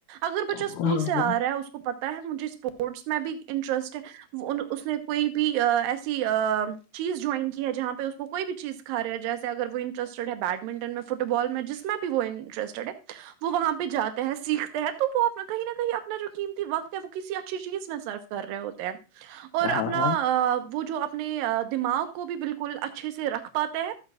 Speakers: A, on the right (about 80°); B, on the left (about 80°).
A: اگر بچہ اسکول
B: ہاں
A: سے آ رہا ہے اس کو پتا مجھے اسپورٹس میں بھی انٹرسٹ ہے اس نے کوئی بھی اں ایسی اں چیز جوائن کی ہے جہ پہ اس کوئی بھی چیز سکھا ہے جسے اگر وہ انٹرسٹیڈ ہے بیڈمنٹن میں فٹ بال میں جس میں بھی وہ انٹرسٹیڈ ہے وہ وہاں پہ جاتے ہیں سیکھتے ہیں تو وہ اپنا کہیں نہ کہیں اپنا جو قیمتی وقت ہے وہ کسی اچھی چیز میں سرو کر رہے ہوتے ہیں اور
B: ہاں
A: اپنا
B: ہاں
A: وہ جو اپنے دماغ کو بھی بالکل اچھے سے رکھ پاتے ہیں